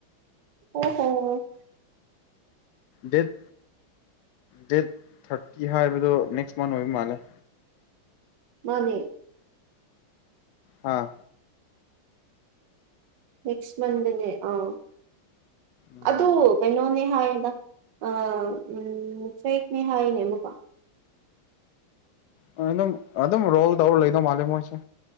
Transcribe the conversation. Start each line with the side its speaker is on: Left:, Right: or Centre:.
Right: ꯑꯣ ꯍꯣ
Left: ꯗꯦꯠ ꯗꯦꯠ ꯊꯥꯔꯇꯤ ꯍꯥꯏꯕꯗꯣ ꯅꯦꯛꯁ ꯃꯟ ꯑꯣꯏꯕ ꯃꯥꯜꯂꯦ
Right: ꯃꯥꯅꯤ
Left: ꯑꯥ
Right: ꯅꯦꯛꯁ ꯃꯟꯗꯅꯦ ꯑꯥ
Left: ꯎꯝ
Right: ꯑꯗꯨ ꯀꯩꯅꯣꯅꯦ ꯍꯥꯏꯌꯦꯗ ꯑ ꯎꯝ ꯐꯦꯛꯅꯦ ꯍꯥꯏꯅꯦ ꯑꯃꯨꯛꯀ
Left: ꯑ ꯅꯪ ꯑꯗꯨꯝ ꯔꯣꯜ ꯇꯧꯔ ꯂꯩꯗꯧ ꯃꯥꯜꯂꯦ ꯃꯣꯏꯁꯦ